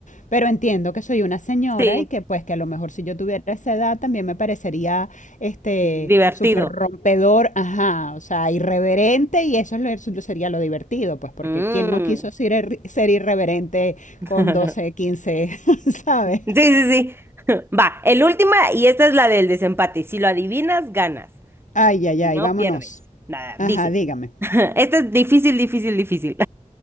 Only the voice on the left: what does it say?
pero entiendo que soy una señora
y que pues que a lo mejor si yo tuviera esa edad también me parecería este
súper rompedor, ajá, o sea, irreverente y eso es lo- eso sería lo divertido, pues porque
quién no quiso ser, ir- ser irreverente con
doce, quince, <laughs> ¿sabes?
Ay, ay,
ay,
vámonos.
Ajá,
dígame.